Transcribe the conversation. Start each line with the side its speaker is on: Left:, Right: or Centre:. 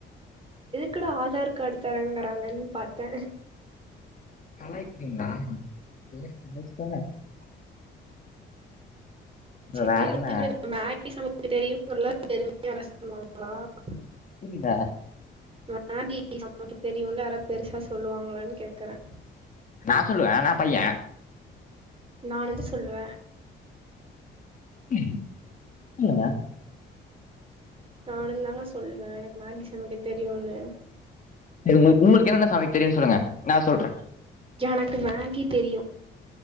Right: குடா ஆதார் காடு தராங்க ராங்கன் பாத்தே
Left: கலாய்கிறீங்ளா <unintelligible>
Right: <unintelligible>
Left: வேற என்ன
Right: <unintelligible>
Left: புரில
Right: <unintelligible> தெரியுல்ல யாராத் பெருசா சொல்லுவாங்களான் கேக்குறே
Left: நா சொல்லுவே நா பைய்ய
Right: நானந்து சொல்லுவ
Left: சொல்லுங்க
Right: நானு தாங்க சொல்லுவ எனக்கு மேகி சமைக்க தெரியும்னு
Left: உங்க உங்களுக்கு என்னென்ன சமைக்கு தெரியன்னு சொல்லுங்க நான் சொல்ற
Right: எனக்கு மேகி தெரியோ